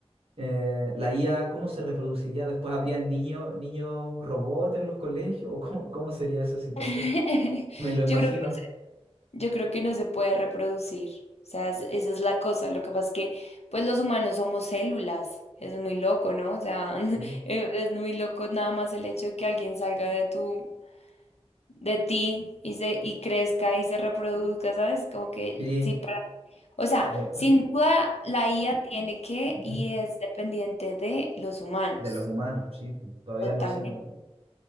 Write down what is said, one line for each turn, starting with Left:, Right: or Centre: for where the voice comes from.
Right: Eh, la IA, ¿cómo se reproduciría? ¿Después habrían niños, niños robots en los colegios? ¿O cómo, cómo sería esa situación?
Left: <laughs>
Right: Me lo imagino.
Left: yo creo que, yo creo que no se puede reproducir. O sea, es- esa es la cosa. Lo que pasa es que, pues, los humanos somos células. Es muy loco, ¿no? O sea, <laughs>
Right: Sí,
Left: es es muy loco nada más el hecho de que alguien salga de tu de ti y se y crezca y se reproduzca, ¿sabes? Como que
Right: Sí,
Left: sí para o sea,
Right: me-
Left: sin duda la IA tiene que
Right: <clears throat>
Left: y es dependiente de los humanos,
Right: de los humanos, sí, pues, todavía
Left: totalmente.
Right: no se, no